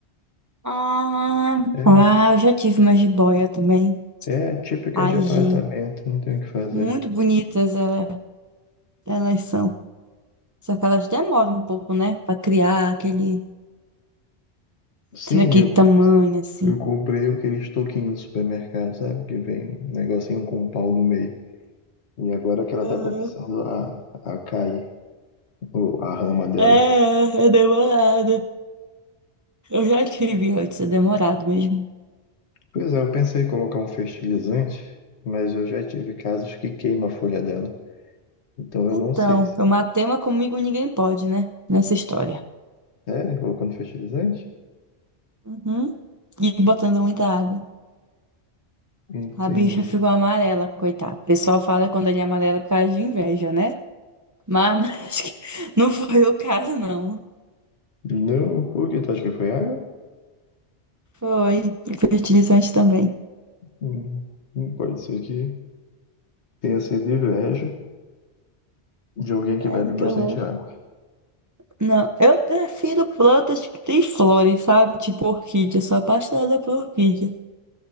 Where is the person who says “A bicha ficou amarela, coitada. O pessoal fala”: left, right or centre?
Right